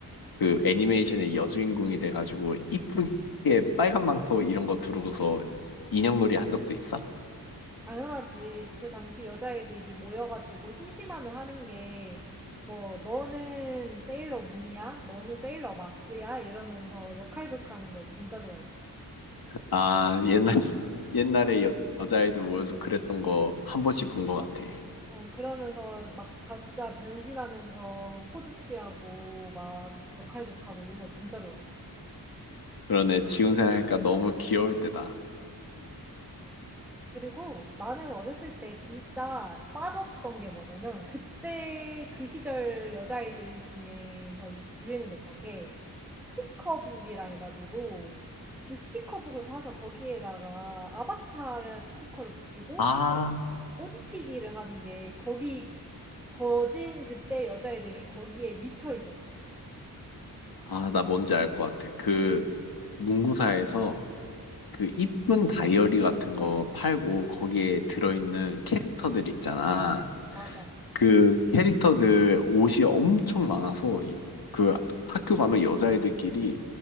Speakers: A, on the left; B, in the centre.
A: 그 애니메이션의 여주인공이 돼가지고 이쁘게 빨간 망토 이런 거 두르고서 인형놀이 한 적도 있어?
B: 당연하지. 그 당시 여자애들이 모여가지고 심심하면 하는 게 뭐 너는 세일러문이야? 너는 세일러마스야? 이러면서 역할극하는 걸 진짜 좋아했지.
A: 아 옛날 옛날에 여, 여자아이들 모여서 그랬던 거 한 번씩 본 것 같아.
B: 어 그러면서 막 각자 변신하면서 포즈 취하고 막 역할극하고 이런 거 진짜 좋아했어.
A: 그러네. 지금 생각하니까 너무 귀여울 때다.
B: 그리고 나는 어렸을 때 진짜 빠졌던 게 뭐냐면 그때 그 시절 여자아이들 중에서 유행을 했던 게 스티커북이라 해가지고 그 스티커북을 사서 거기에다가 아바타 스티커를 붙이고
A: 아,
B: 옷 옷 입히기를 하는 게 거기 거진 그때 여자애들이 거기에 미쳐 있었어.
A: 아, 나 뭔지 알 것 같아. 그 문구사에서 그 이쁜 다이어리 같은 거 팔고 거기에 들어있는 캐릭터들 있잖아.
B: 맞아.
A: 그 캐릭터들 옷이 엄청 많아서 이- 그 학교 가면 여자애들끼리